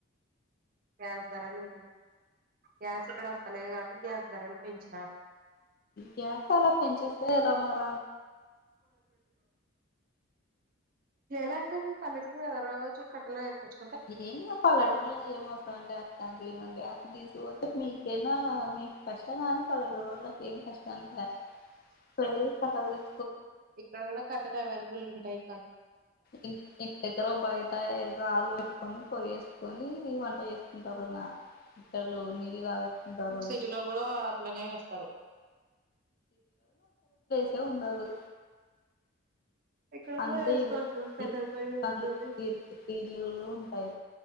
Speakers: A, on the right (about 45°); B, on the left (about 45°).
A: గ్యాస్ ధరలు గ్యాస్ ఇక్కడ వస్తా లేదు కాబట్టి గ్యాస్ ధరలు పెంచినారు
B: గ్యాస్ చాలా పెంచెస్తె ఏల మర
A: ఎలా ఐతే మీ పల్లెతీరులో రోజు కట్టలేఏరుకచ్చు
B: నీకు ఏం పల్లెటూరులో <unintelligible> ఏమో గ్యాస్ తీసుకపోతే మీకేనా మీకు కష్టం గాను పల్లేటూరోళ్ళకి ఏం <unintelligible>
A: ఇక్కడ గూడా కట్టట్ అవైలబుల్ ఉంటాయ్
B: ఇన్ ఇంటి దగ్గర బయటా రాళ్ళు పెట్టుకొని పోగు చేసుకొని నీ వంట చేసుకుంటారు వదిన ముస్లోలు నీళ్లు కాబట్ కుంటారు
A: సిటీలో కూడా అట్లనే వేస్తారు.
B: <inaudible> ఉండదు
A: ఇక్కడ
B: అంతే
A: కూడా వేసుకోవచ్చు
B: ఇరు
A: పెద్దలపై
B: ఇర్
A: వేసుకుని
B: <unintelligible> ఇరుకు ఇల్లులు ఉంటాయ్